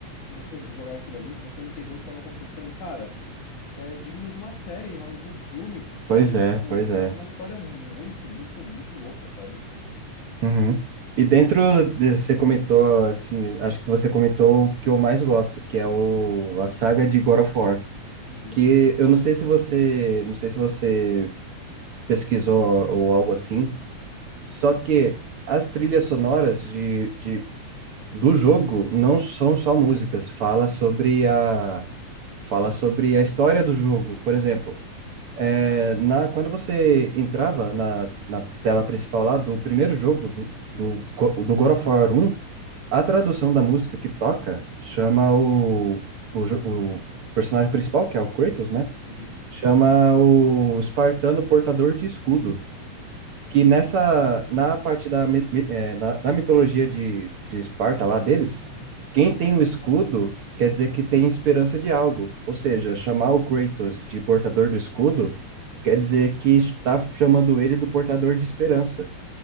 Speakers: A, on the left; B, on the right.
A: você jogar aquilo ali, você entender o que tava acontecendo, cara, é digno de uma série, de um filme, sabe?
B: pois é,
A: É, tipo,
B: pois é.
A: é uma história muito, muito, muito louca, sabe?
B: Uhum. E dentro, de- você comentou, assim, acho que você comentou o que eu mais gosto, que é o, a saga de God of War.
A: Uhum,
B: Que eu não sei se você, não sei se você pesquisou ou algo assim, só que as trilhas sonoras de, de, do jogo não são só músicas, fala sobre a, fala sobre a história do jogo. Por exemplo, É, na, quando você entrava na, na tela principal lá do primeiro jogo do, do, Go- do God of War 1, a tradução da música que toca chama o, o, jo- o personagem principal, que é o Kratos, né?
A: uhum,
B: Chama o espartano portador de escudo que nessa
A: uhum,
B: na parte da, mi- mi- eh, na- da mitologia de, de Esparta lá deles, quem tem o escudo quer dizer que tem esperança de algo. Ou seja, chamar o Kratos de portador do escudo quer dizer que está chamando ele do portador de esperança.